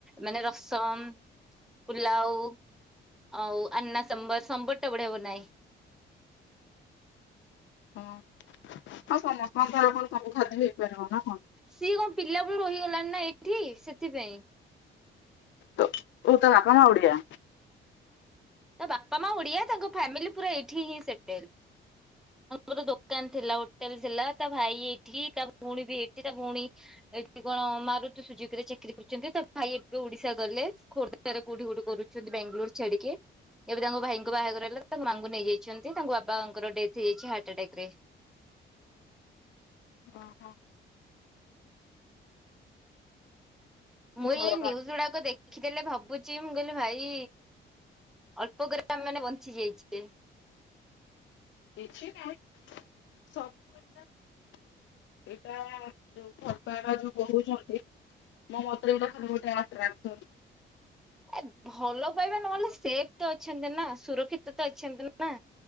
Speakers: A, in the centre; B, on the left (about 70°).
A: ମାନେ ରସମ୍ ପୁଲାଉ ଆଉ ଆନାସମ୍ବର୍ ସମ୍ୱର୍ ଟା ବଢ଼ିଆ ବନାଏ। <inaudible>
B: ଅଁ ଆଉ ସମସ୍ତଙ୍କଠି ଆଉ କଣ ସବୁ ଖାଦ୍ୟ ହେଇପାରିବ ନା କଁ।
A: ସିଏ କଁ ପିଲା ବେଳୁ ରହିଗଲାଣି ନା ଏଇଠି ସେଥିପାଇଁ।
B: ତ ତ ତା ବାପା ମା ଓଡ଼ିଆ।
A: ତା ବାପା ମା ଓଡ଼ିଆ ତାଙ୍କ ଫ୍ୟାମିଲି ପୁରା ଏଇଠି ହିଁ ସେଟେଲ୍। ମୋରେ ଦୋକାନ ଥିଲା ହୋଟେଲ ଥିଲା ତା ଭାଇ ଏଇଠି ତା ଭୋଉଣୀ ବି ଏଇଠି ତା ଭୋଉଣୀ ଏଇଠି କଣ ମାରୁତି ସୁଜୁକିରେ ଚାକିରି କରିଛନ୍ତି ତା ଭାଇ ଏବେ ଓଡିଶା ଗଲେ ଖୋର୍ଦ୍ଧାରେ କୋଉଠି ଗୋଟେ କରୁଛନ୍ତି ବାଙ୍ଗଲୋର୍ ଛାଡ଼ି କି। ଏବେ ତାଙ୍କ ଭାଇଙ୍କ ବାହାଘର ହେଲା ତାଙ୍କ ମାଆଙ୍କୁ ନେଇଯାଇଛନ୍ତି ତାଙ୍କ ବାପାଙ୍କର ଡେଥ୍ ହେଇଯାଇଛି ହାର୍ଟ ଆଟାକ ରେ। ଥ
B: ଓହୋ। ତୁ
A: ମୁଁ
B: ଘର
A: ଏଇ
B: ପା
A: ନିୟୁଜ୍ ଉଡ଼ାକ ଦେଖିଦେଲେ ଭାବୁଛି ମୁଁ କହିଲି ଭାଇ ଅଳ୍ପ କରି ଆମେମାନେ ବଞ୍ଚି ଯାଇଚେ।
B: କିଛି ନାଇଁ ସବୁ ଏକା ନୁଅଁ। ଏଇଟା ଯୋଉ ଭଲ୍ ପାଇବା ଯୋଉ କହୁଛନ୍ତି ମ ମତରେ ଏଇଟା ଖାଲି ଗୋଟେ ଆଟ୍ ରାଙ୍କ୍ ଟୋନ୍।
A: ଏ ଭଲ ପାଇବା ନହେଲେ ସେଫ୍ ତ ଅଛନ୍ତି ନା ସୁରକ୍ଷିତ ତ ଅଛନ୍ତି ନା।